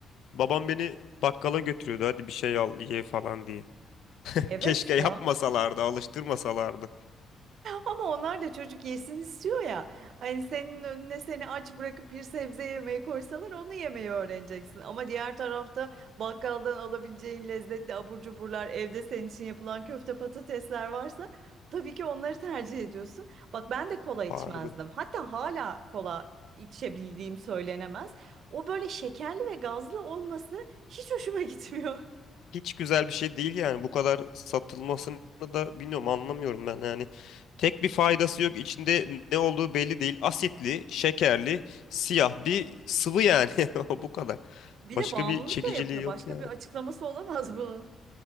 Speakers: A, on the left; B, on the right.
A: Babam beni bakkala götürüyordu. Hadi bir şey al ye falan diye. <laughs>
B: Evet
A: Keşke yapmasalardı,
B: ya.
A: alıştırmasalardı.
B: Ama onlar da çocuk yesin istiyor ya. Hani senin önüne seni aç bırakıp bir sebze yemeği koysalar onu yemeyi öğreneceksin. Ama diğer tarafta bakkaldan alabileceğin lezzetli abur cuburlar, evde senin için yapılan köfte patatesler varsa tabii ki onları tercih ediyorsun. Bak ben de kola içmezdim.
A: Vardı.
B: Hatta hala kola içebildiğim söylenemez. O böyle şekerli ve gazlı olması hiç hoşuma gitmiyor. <laughs>
A: Hiç güzel bir şey değil yani. Bu kadar satılmasını da bilmiyorum, anlamıyorum ben yani. Tek bir faydası yok. İçinde ne olduğu belli değil. Asitli, şekerli, siyah bir sıvı yani. <laughs> O bu kadar.
B: Bir
A: Başka
B: de bağımlılık
A: bir çekiciliği
B: da yapıyor.
A: yok
B: Başka
A: yani.
B: bir açıklaması olamaz bunun.